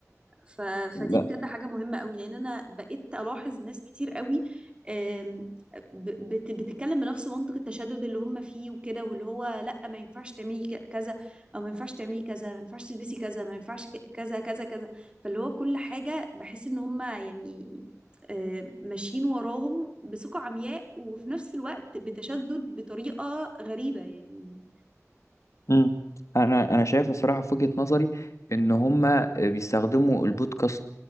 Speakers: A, on the right (about 20°); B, on the left (about 70°).
A: ف...
B: لا
A: فدي بجد حاجة مهمة قوي لأن أنا بقيت ألاحظ ناس كتير قوي آم، ب- بت... بتتكلم بنفس منطق التشدد اللي هم فيه وكده واللي هو لأ ما ينفعش تعملي ك- كذا أو ما ينفعش تعملي كذا ما ينفعش تلبسي كذا ما ينفعش ك- كذا كذا كذا فاللي هو كل حاجة بحس إن هم يعني آم، ماشيين وراهم بثقة عمياء وفي نفس الوقت بتشدد بطريقة غريبة يعني
B: مم. انا انا شايف الصراحه في وجهه نظري ان هما بيستخدموا البودكاست